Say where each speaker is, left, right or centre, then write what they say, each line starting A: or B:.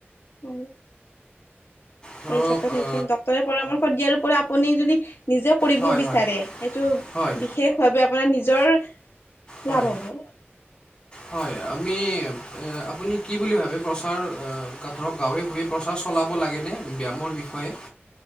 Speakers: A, on the left (about 70°); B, on the left (about 20°).
A: উম
B: ধৰক
A: সেই হিচাপত সেইখিনি
B: আ
A: ডক্তৰে পৰামৰ্শ দিয়াৰো পৰা আপুনি যদি নিজে কৰিব
B: হয়,
A: বিচাৰে
B: হয়,
A: সেইটো
B: হয়,
A: বিশেষ ভাৱে আপোনাৰ নিজৰ
B: হয়।
A: লাভ হ'ব।
B: হয় আমি আপুনি কি বুলি ভাবে প্ৰচাৰ গ ধৰক গাঁৱে ভূহে। প্ৰচাৰ চলাব লাগেনে ব্যায়ামৰ বিষয়ে।